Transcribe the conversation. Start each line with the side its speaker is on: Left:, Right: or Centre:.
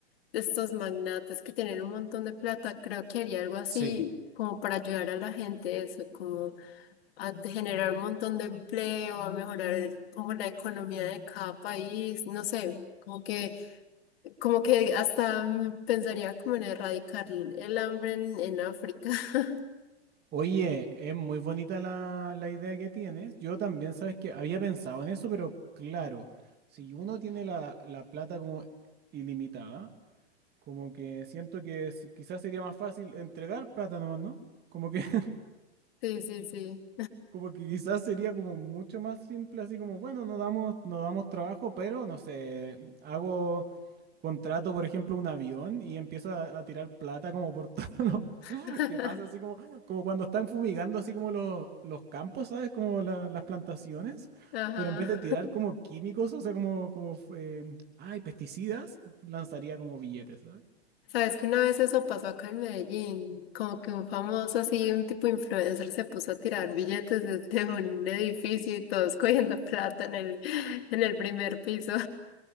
Left: de estos magnates que tienen un montón de plata. Creo que haría algo así
Right: Sí.
Left: como para ayudar a la gente, eso, como a generar un montón de empleo, a mejorar como la economía de cada país, no sé. Como que, como que hasta mm, pensaría como en erradicar el hambre en, en África. <laughs>
Right: Oye, es muy bonita la, la idea que tienes. Yo también, sabes que había pensado en eso, pero claro, si uno tiene la, la plata como ilimitada, como que siento que es- quizás sería más fácil entregar plata nomás, ¿no? Como que, <laughs>
Left: Sí, sí, sí.
Right: como que quizás sería como mucho más simple, así como, bueno, no damos, no damos trabajo, pero no sé, hago, contrato, por ejemplo, un avión y empiezo a, a tirar plata como por <laughs> todos
Left: <laughs>
Right: los que pasa así como, como cuando están fumigando así como los, los campos, ¿sabes? Como la- las plantaciones,
Left: Ajá.
Right: pero en vez de tirar como químicos, o sea, como, como eh, ay, pesticidas, lanzaría como billetes, ¿sabes?
Left: Sabes que una vez eso pasó acá en Medellín, como que un famoso así, un tipo influencer se puso a tirar billetes desde un edificio y todos <laughs> cogiendo plata en el, en el primer piso.